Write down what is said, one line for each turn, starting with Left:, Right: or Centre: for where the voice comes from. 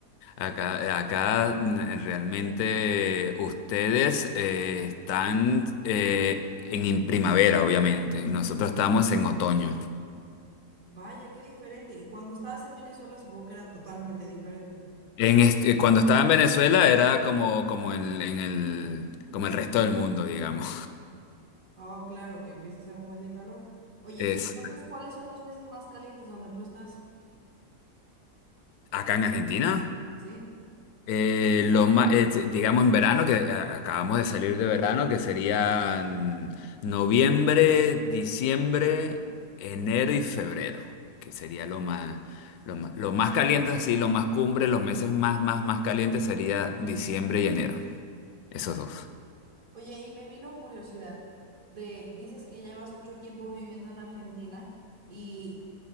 Left: Acá, acá mm, realmente ustedes eh, están eh, en, en primavera, obviamente. y Nosotros estamos en otoño.
Right: Vaya, qué diferente. Y cuando estabas en Venezuela, supongo que era totalmente diferente.
Left: En este- cuando estaba en Venezuela era como, como en, en el, como el resto del mundo, digamos.
Right: Ah, claro, que empieza a hacer un buen de calor. Oye,
Left: Es,
Right: y- Entonces, ¿cuáles son los meses más calientes donde tú estás?
Left: acá en Argentina.
Right: sí,
Left: Eh, lo ma- eh, digamos en verano, que a- acabamos de salir de verano, que serían noviembre, diciembre, enero y febrero, que sería lo más, lo más, lo más caliente, así, lo más cumbre, los meses más, más, más calientes sería diciembre y enero, esos dos.
Right: Oye, y me vino curiosidad de, dices que llevas mucho tiempo viviendo en Argentina y